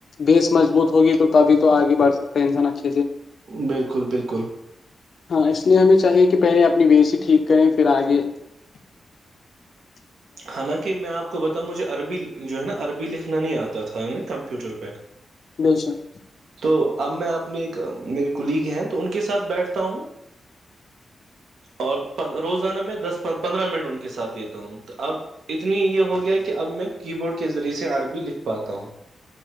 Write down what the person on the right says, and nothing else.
بالکل بالکل
حالانکہ میں آپ کو بتاؤں مجھے عربی جو ہے نا عربی لکھنا نہیں آتا تھا یعنی کمپیوٹر پہ
تو اب میں اپنے ایک میرے کلیگ ہیں تو ان کے ساتھ بیٹھتا ہوں اور روزانہ میں دس پندرہ منٹ ان کے ساتھ دیتا ہوں اب اتنی یہ ہو گیا کہ اب میں کی بورڈ کے ذریعے سے عربی لکھ پاتا ہوں